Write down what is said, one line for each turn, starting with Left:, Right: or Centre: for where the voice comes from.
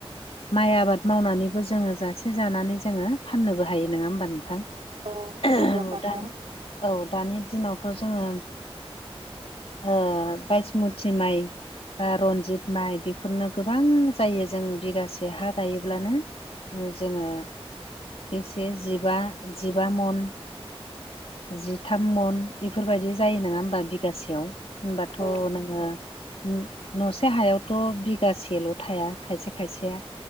Left: माइ आबाद मावनानैबो जोंङो जासे जानानै जोंङो फाननोबो हायो नंङा होमबा नोंथां
Right: औ बुरजाबाथाय
Left: औ दा औ दानि दिनावथ' जोंङो ओ बायस मुथि माइ बा रनजित माइ बेफोरनो गोबां जायो जों बिगासे हा गायोब्लानो ओ जोङो बेसे जिबा जिबा मन जिथाम मन बेफोरबायदि जायो नङा होमबा बिगासेयाव होनबाथ'
Right: औ
Left: नोङो न न'से हायावथ' बिगासेल' थाया खायसे खायसेया